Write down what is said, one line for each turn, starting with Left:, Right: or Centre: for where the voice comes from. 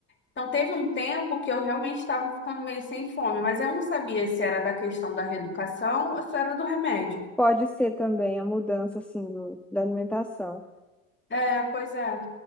Left: Então, teve um tempo que eu realmente estava ficando meio sem fome, mas eu não sabia se era da questão da reeducação ou se era do remédio.
Centre: Pode ser também a mudança, assim, do, da alimentação.
Left: É, pois é.